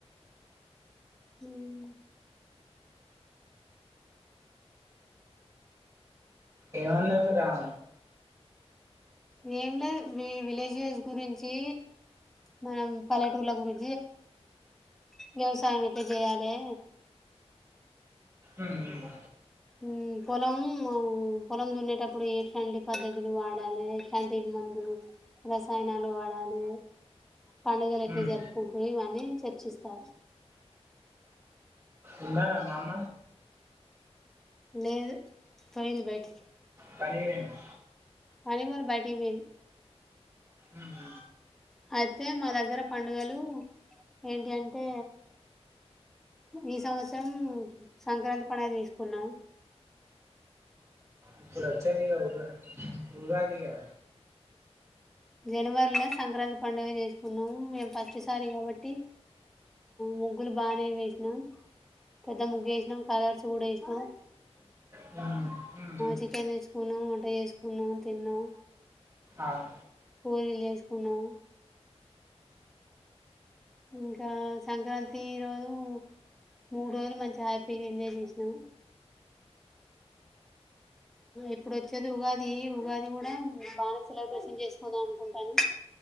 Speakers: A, in the centre; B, on the right.
A: ఉమ్,
B: ఏమన్నారూ మీ రావ
A: ఏం లేదు విలేజ్ గురించి మన పల్లెటూరు గురి వ్యవసాయం ఎట్లా చేయాలే
B: ఉమ్
A: ఉమ్ పొలం పొలం దున్నేటప్పుడు ఎట్లాంటి పద్ధతులు వాడాలే ఎట్లాంటి మందులు రసాయనాలు వాడాలే పండుగలు ఎట్లా
B: ఉమ్.
A: జరుపుకుంటారు ఇవన్నీ చర్చిస్తారు
B: ఉన్నారా మామ
A: లేదు పోయింది బయటికి
B: పనికి పోయిందా
A: పనికి పోలే బయటకి పోయింది
B: ఉమ్
A: అయితే మన దగ్గర పండుగలు ఏంటి అంటే ఈ సంవత్సరం సంక్రాంతి పండగ తీసుకున్నాం
B: ఇప్పుడు వచ్చేదిక ఉగా ఉగాదిగా
A: జనవరిలో సంక్రాంతి పండుగ చేసుకున్నాము మేము ఫస్ట్సారి కాబట్టి ముగ్గులు బాగా వేసినాం పెద్ద ముగ్గు వేసినాం కలర్స్ కూడా వేసినాం
B: ఏమన్నా
A: చికెన్ తెచ్చుకున్నాం వంట చేసుకున్నాం తిన్నాం
B: అవు
A: పూరీ లేస్కున్నాం ఇంకా సంక్రాంతి రోజు మూడు రోజులు మంచిగా హ్యాపీగా ఎంజాయ్ చేసినాము ఎప్పుడు వచ్చేది ఉగాది ఉగాది కూడా బాగా సెలబ్రేషన్ చేసుకుంటాం అనుకుంటాను